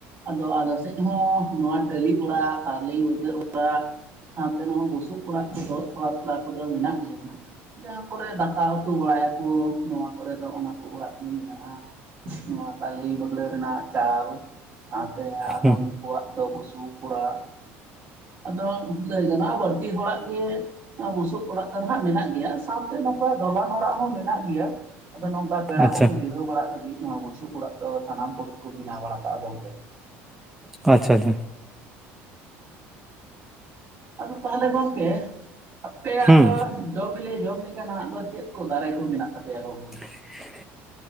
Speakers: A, on the right; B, in the centre.
A: ᱟᱫᱚ ᱟᱞᱮ ᱥᱮᱫ ᱦᱚᱸ ᱱᱚᱣᱟ ᱴᱟᱹᱞᱤ ᱚᱲᱟᱜ ᱛᱟᱞᱮ ᱵᱟᱹᱜᱲᱟᱹ ᱚᱲᱟᱜ ᱥᱟᱶᱛᱮ ᱱᱚᱣᱟ ᱵᱩᱥᱩᱵ ᱚᱲᱟᱜ ᱠᱚᱫᱚ ᱛᱷᱚᱲᱟ ᱛᱷᱚᱲᱟ ᱠᱚᱫᱚ ᱢᱮᱱᱟᱜ ᱜᱮᱭᱟ ᱦᱟᱸᱜ᱾ ᱡᱟᱦᱟᱸ ᱠᱚᱨᱮ ᱫᱟᱠᱟ ᱩᱛᱩ ᱵᱟᱲᱟᱭᱟᱠᱚ ᱱᱚᱣᱟ ᱠᱚᱨᱮ ᱫᱚ ᱚᱱᱟᱠᱚ ᱚᱲᱟᱜ ᱜᱤ ᱢᱮᱱᱟᱜᱼᱟ᱾ ᱱᱚᱣᱟ ᱛᱟᱞᱮ ᱵᱟᱹᱜᱲᱟᱹ ᱨᱮᱱᱟᱜ ᱪᱟᱞ ᱥᱟᱶᱛᱮ ᱟᱫᱚᱢ
B: ᱦᱩᱸ
A: ᱠᱚᱣᱟᱜ ᱟᱫᱚ ᱵᱩᱥᱩᱵ ᱚᱲᱟᱜ ᱟᱫᱚ ᱞᱟᱹᱭ ᱜᱟᱱᱚᱜᱼᱟ ᱵᱟᱹᱲᱛᱤ ᱦᱚᱲᱟᱜ ᱜᱮ ᱵᱩᱥᱩᱵ ᱚᱲᱟᱜ ᱫᱚ ᱱᱟᱦᱟᱸᱜ ᱢᱮᱱᱟᱜ ᱜᱮᱭᱟ ᱥᱟᱶᱛᱮ ᱱᱚᱝᱠᱟ ᱫᱚᱞᱟᱱ ᱚᱲᱟᱜ ᱦᱚᱸ ᱢᱮᱱᱟᱜ ᱜᱮᱭᱟ᱾ ᱟᱫᱚ ᱱᱚᱝᱠᱟ ᱯᱮᱲᱟ
B: ᱟᱪᱪᱷᱟ
A: ᱠᱚᱠᱚ ᱡᱤᱨᱟᱹᱣ ᱵᱟᱲᱟᱜ ᱞᱟᱹᱜᱤᱫ ᱱᱚᱣᱟ ᱵᱩᱥᱩᱵ ᱚᱲᱟᱜ ᱫᱚ ᱥᱟᱱᱟᱢ ᱠᱚᱜᱮ ᱠᱚ ᱵᱮᱱᱟᱣ ᱵᱟᱲᱟ ᱠᱟᱜᱼᱟ ᱜᱚᱝᱠᱮ᱾
B: ᱟᱪᱪᱷᱟ ᱟᱪᱷᱟ ᱾
A: ᱟᱫᱚ ᱛᱟᱦᱞᱮ ᱜᱚᱝᱠᱮ ᱟᱯᱮᱭᱟᱜ
B: ᱦᱩᱸ
A: ᱫᱚ ᱡᱚ ᱵᱤᱞᱤ ᱡᱚᱢ ᱞᱮᱠᱟᱱᱟᱜ ᱫᱚ ᱪᱮᱫ ᱠᱚ ᱫᱟᱨᱮ ᱠᱚ ᱢᱮᱱᱟᱜ ᱛᱟᱯᱮᱭᱟ ᱜᱚᱢᱠᱮ?
B: <inaudible>